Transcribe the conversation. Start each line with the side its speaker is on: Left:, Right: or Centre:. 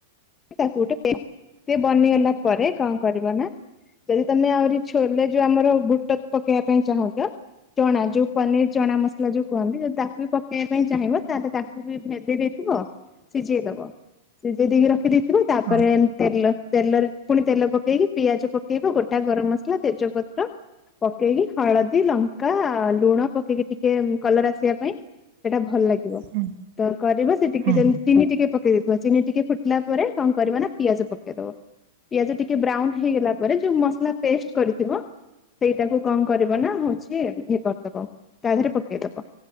Left: ତାକୁ ଗୋଟେ ପେ ସେ ବନିଗଲା ପରେ କଣ କରିବ ନା। ଯଦି ତମେ ଆହୁରି ଛୋଲେ ଯୋଉ ଆମର ବୁଟ ପକେଇବା ପାଇଁ ଚାହୁଁଛ। ଚଣା ଯୋଉ ପନିର ଚଣା ମସଲା ଯୋଉ କୁହନ୍ତି ଯଉ ତାକୁ ବି ପକେଇବା ପାଇଁ ଚାହିଁବ ତାହେଲେ ତାକୁ। ମୁଁ ବି ଭେଦେଇ ଦେଇଥିବ ସିଝେଇ ଦବ ସିଝେଇ ଦେଇକି ରଖ ପକେଇ ଦେଇଥିବ ତାପରେ
Right: ହଁ
Left: ତେଲ ତେଲରେ ପୁଣି ତେଲ ପକେଇକି ପିଆଜ ପକେଇବ ଗୋଟା ଗରମ ମସ୍‌ ସଲା ତେଜପତ୍ର। ପକେଇକି ହଳଦୀ ଲଙ୍କା ଆ ଲୁଣ ପକେଇକି ଟିକେ କଲର ଆସିବା ପାଇଁ। ସେଟା ଭଲ ଲାଗିବ
Right: ହୁଁ
Left: ତ କରିବ ସେ ଟିକେ
Right: ହୁଁ।
Left: ଯେମିତି ଚିନି ଟିକେ ପକେଇ ଦେଇେଇଥିବ ଚିନି ଟିକେ ଫୁଟ୍ ଫୁଟିଲା ପରେ କଣ କରିବା ନା ପିଆଜ ପକେଇଦବ। ପିଆଜ ଟିକେ ବ୍ରାଉନ ହେଇଗଲା ପରେ ଯୋଉ ମସଲା ପେଷ୍ଟ କରିଥିବ। ସେଇଟାକୁ କଣ କରିବ ନା ହଉଛି ଇଏ କରିଦବ ତା ଦେହରେ ପକେଇଦବ।